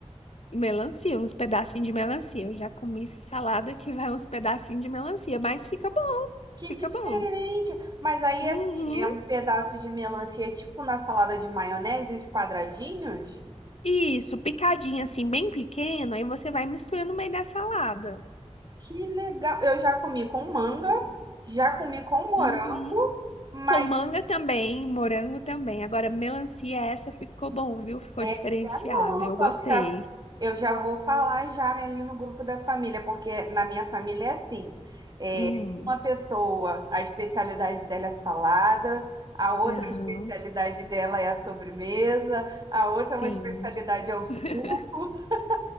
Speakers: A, on the left (about 60°); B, on the right (about 35°).
A: Melancia, uns pedacinhos de melancia. Eu já comi salada que vai uns pedacinhos de melancia, mas fica bom,
B: Que
A: fica
B: diferente.
A: bom.
B: Mas aí,
A: Uhum.
B: assim, é um pedaço de melancia, tipo na salada de maionese, uns quadradinhos.
A: Isso, picadinho assim, bem pequeno, aí você vai misturando no meio da salada.
B: Que legal. Eu já comi com manga, já comi com morango,
A: Uhum.
B: mas
A: Com manga também, morango também. Agora, melancia, essa ficou bom, viu? Ficou
B: Essa
A: diferenciada.
B: é nova,
A: Eu gostei.
B: já, eu já vou falar já ali no grupo da família, porque na minha família é assim, é,
A: Hum.
B: uma pessoa, a especialidade dela é salada, a outra
A: Aham,
B: a especialidade dela é a sobremesa, a outra uma
A: sim.
B: especialidade é o suco.
A: <laughs>
B: <laughs>